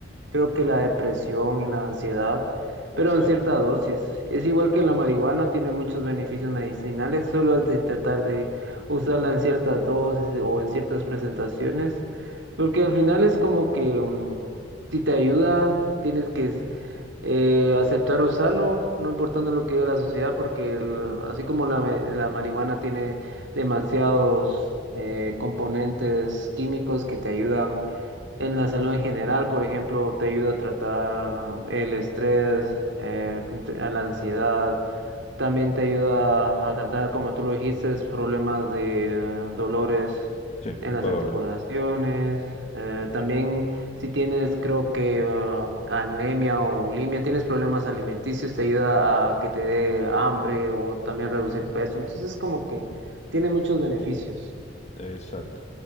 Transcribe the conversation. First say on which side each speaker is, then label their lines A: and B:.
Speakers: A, on the right; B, on the left.
A: creo que la depresión y la ansiedad,
B: Exacto.
A: pero en cierta dosis. Es igual que la marihuana, tiene muchos beneficios medicinales, solo es de tratar de usarla en ciertas dosis o en ciertas presentaciones. Porque al final es como que mm, si te ayuda, tienes que eh, aceptar usarlo, no importando lo que diga la sociedad, porque el- así como la, me- la marihuana tiene demasiados eh, componentes químicos que te ayudan en la salud en general, por ejemplo, te ayuda a tratar el estrés, eh, te entre- a la ansiedad, también te ayuda a tratar, como tú lo dijiste, problemas de eh, dolores
B: Sí,
A: en
B: dolores.
A: las articulaciones. Eh, también si tienes, creo que ah, anemia o bulimia, tienes problemas alimenticios, te ayuda a que te dé hambre o también reducir peso. Entonces, como que tiene muchos beneficios.
B: Exacto.